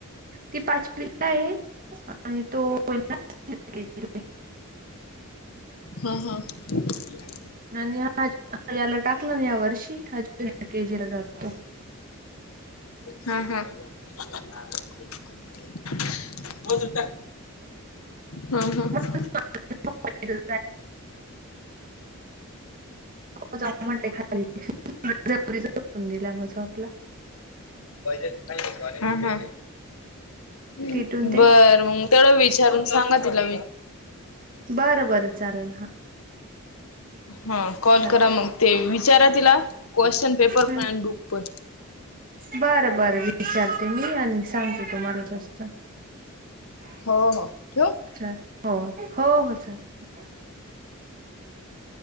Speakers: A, on the right (about 40°); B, on the left (about 75°).
A: ती पाच कि आहे. आणि तो <unintelligible>
B: हा.. - हा.. <inaudible>
A: आणि हा याला टाकला ना. या वर्षी आणि हा जूनियर के जीला जातो.
B: हम्म.. - हम्म.. <inaudible> <unintelligible> मधून टाक हम्म -हम्म.
A: <inaudible> नको जाऊ म्हटले <inaudible> बळजबरी झोपून गेला मग झोपला.
B: <inaudible> हम्म.. -हम्म..
A: तिथून ते
B: बर. मग तेवढं विचारून सांगा. तिला
A: बरं.. - बरं... चालेल. हा
B: हा कॉल
A: चालेल
B: करा. मग ते विचारा तिला क्वेश्चन पेपर
A: हम्म.
B: पण आणि बुक पण.
A: बरं.. - बरं.. विचारते मी आणि सांगते. तुम्हाला तस. <inaudible>
B: हो... - हो... ठेऊ?
A: हो... - हो... - हो.. चालेल.